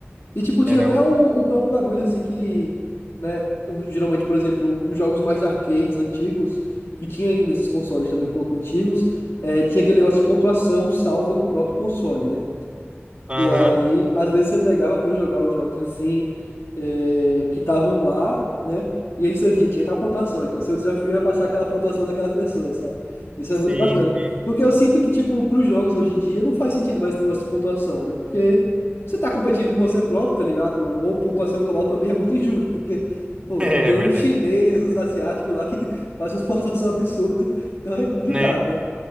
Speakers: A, on the left (about 65°); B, on the right (about 25°).
A: E, tipo, tinha
B: era.
A: até um, um próprio bagulho, assim, que, né, geralmente, por exemplo, os jogos mais arcades antigos, que tinha aí nesses consoles também um pouco antigos, eh, tinha aquele negócio de pontuação salva no próprio console, né?
B: Aham,
A: E aí, às vezes você pegava pra jogar os jogos assim, eh, que estavam lá, né? E aí você via, tinha tal pontuação. Então, seu desafio era passar aquela pontuação daquela pessoa, sabe? Isso é
B: Sim,
A: muito bacana.
B: sim. <laughs>
A: Porque eu sinto que, tipo, pros jogos hoje em dia, não faz sentido mais esse negócio de pontuação, né? Porque você tá competindo com você próprio, tá ligado? Ou pontuação global <laughs> também é muito injusto, porque, pô,
B: É,
A: tem
B: verdade.
A: um chinês,
B: Perfeito.
A: os asiáticos lá que <laughs> faz umas pontuação absurda. Então é complicado,
B: Né?
A: né?